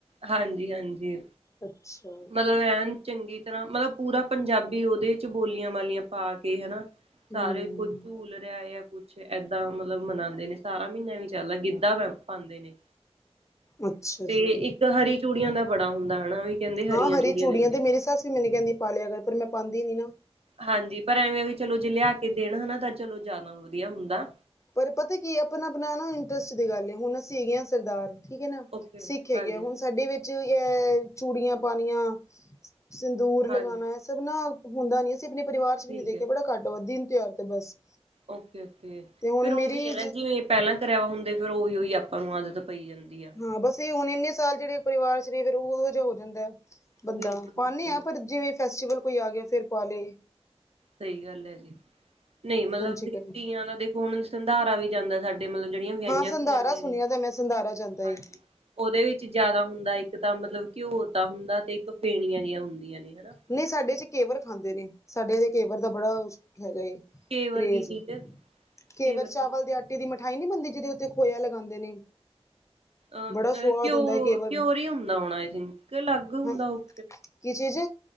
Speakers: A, on the right; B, on the left.
A: ਹਾਂਜੀ-ਹਾਂਜੀ।
B: ਅੱਛਾ।
A: ਮਤਲਬ ਐਨ ਚੰਗੀ ਤਰ੍ਹਾਂ ਮਤਲਬ ਪੂਰਾ ਪੰਜਾਬੀ ਓਦੇ ਚ ਬੋਲੀਆਂ ਵਾਲੀਆਂ ਪਾ ਕੇ ਹਨਾ ਸਾਰੇ
B: ਹਮ
A: ਕੋ ਝੂਲ ਰਿਆ ਜਾਂ ਕੁੱਛ ਏਦਾਂ ਮਤਲਬ ਮਨਾਦੇ ਨੇ ਸਾਰਾ ਮੀਨਾ ਐਵੀ ਚੱਲਦਾ ਗਿੱਧਾ ਪਾਦੇ ਨੇ।
B: ਅੱਛਾ
A: ਤੇ
B: ਜੀ
A: ਇੱਕ ਹਰੀ ਚੂੜੀਆਂ ਦਾ ਬੜਾ ਹੁੰਦਾ ਹਨਾ ਵੀ। ਕਹਿੰਦੇ ਹਰੀਆਂ
B: ਹਾਂ ਹਰੀ ਚੂੜੀਆਂ
A: ਦਿੰਦੇ
B: ਤੇ ਮੇਰੀ ਸੱਸ ਵੀ ਮੈਨੂੰ ਕੈਦੀ ਪਾ ਲਿਆ ਕਰ ਪਰ ਮੈਂ ਪਾਦੀ ਨੀ ਨਾ।
A: ਹਾਂਜੀ ਪਰ ਐਵੇਂ ਚਲੋ ਜੇ ਲਿਆ ਕੇ ਦੇਣ ਹਨਾ ਤਾਂ ਚਲੋ ਜ਼ਿਆਦਾ ਵਧੀਆ ਹੁੰਦਾ।
B: ਪਰ ਪਤਾ ਕੀ ਆਪਨਾ-ਆਪਨਾ ਨਾ ਇੰਟਰਸਟ ਦੀ ਗੱਲ ਹੁਣ ਅਸੀਂ ਹੈਗੇ ਹਾਂ ਸਰਦਾਰ ਠੀਕ ਐ ਨਾ
A: ਓਕੇ
B: ਸਿੱਖ ਹੈਗੇ
A: ਹਾਂਜੀ
B: ਆ ਹੁਣ ਸਾਡੇ ਵਿੱਚ ਯੈ ਚੂੜੀਆਂ ਪਾਨੀਆਂ। ਸੰਦੂਰ ਲਗਾਣਾ
A: ਹਾਂਜੀ
B: ਏਹ ਸਭ ਨਾ ਹੁੰਦਾ ਨੀ ਅਸੀਂ ਆਪਣੇ ਪਰਿਵਾਰ ਚ
A: ਠੀਕ
B: ਵੀ ਨੀ ਦੇਖਿਆ
A: ਹੈ
B: ਬੜਾ ਘੱਟ ਵੱਦ ਈ ਦਿਨ ਤਿਹਾਰ ਤੇ ਬਸ
A: ਓਕੇ-ਓਕੇ
B: ਤੇ ਹੁਣ
A: ਫੇਰ
B: ਮੇਰੀ
A: ਓਵੀ ਐ ਨਾ ਜਿਵੇਂ ਪੈਲਾਂ ਕਰਵਾ ਹੁੰਦੇ ਫੇਰ ਓਹੀ-ਓਹੀ ਆਪਾਂ ਨੂੰ ਆਦਤ ਪਈ ਜਾਂਦੀ ਐ।
B: ਹਾਂ ਬਸ ਏ ਹੁਣ ਇੰਨੇ ਸਾਲ ਜੇੜੇ ਪਰਿਵਾਰ ਚ ਰਈਏ ਫੇਰ ਓ ਓਹੋ ਜਿਹਾ ਹੋ ਜਾਂਦਾ ਐ। ਬੰਦਾ
A: ਬਿਲਕੁਲ
B: ਪਾਨੇ
A: ਬਿਲਕੁਲ
B: ਐ ਪਰ ਜਿਵੇਂ ਫੈਸਟੀਵਲ ਕੋਈ ਆ ਗਿਆ ਫੇਰ ਪਾ ਲੇ
A: ਸਈ ਗੱਲ ਐ ਜੀ ਨਈ ਮਤਲਬ
B: ਚਿਕਨ ਨੀ।
A: ਤੀਆਂ ਦਾ ਦੇਖੋ ਹੁਣ ਸੰਧਾਰਾ ਵੀ ਜਾਂਦਾ ਸਾਡੇ ਤੇ ਮਤਲਬ ਜੇੜੀਆਂ ਵਿਆਹੀਆਂ
B: ਹਾਂ ਸੰਧਾਰਾ
A: ਕੁੜੀਆਂ ਹੁੰਦੀਆ
B: ਸੁਣਿਆ
A: ਨੇ,
B: ਦਾ ਮੈਂ ਸੰਧਾਰਾ ਜਾਂਦਾ ਏ
A: ਹਾਂਜੀ। ਓਦੇ ਵਿੱਚ ਜਾਦਾ ਹੁੰਦਾ ਇੱਕ ਤਾਂ ਮਤਲਬ ਘਿਓ ਦਾ ਹੁੰਦਾ ਤੇ ਇੱਕ ਫੇਣੀਆਂ ਜਿਆਂ ਹੁੰਦੀਆਂ ਨੇ ਹਨਾ
B: ਨਈ ਸਾਡੇ ਚ ਕੇਵਰ ਖਾਂਦੇ ਨੇ ਸਾਡੇ ਚ ਕੇਵਰ ਦਾ ਬੜਾ ਹੈਗਾ ਏ।
A: ਕੇ ਵਰਗੀ
B: ਕਰੇਜ਼,
A: ਚੀਜ਼
B: ਕੇਵਰ
A: ਕੇ ਵਰਗੀ
B: ਚਾਵਲ ਦੇ ਆਟੇ ਟੀ ਦੀ ਮਠਾਈ ਨੀ ਬਣਦੀ ਜਿਦੇ ਉੱਤੇ ਖੋਇਆ ਲਗਾਦੇ ਨੇ।
A: ਅ
B: ਬੜਾ ਸਵਾਦ
A: ਘਿਓ
B: ਹੁੰਦਾ ਹੈ ਕੇਵਰ
A: ਘਿਓਰ ਹੀ ਹੁੰਦਾ ਹੋਣਾ ਆਈ ਥਿੰਕ ਕੇ ਅਲੱਗ ਹੁੰਦਾ
B: ਹਾਂ
A: ਓ।
B: ਕੀ ਚੀਜ਼?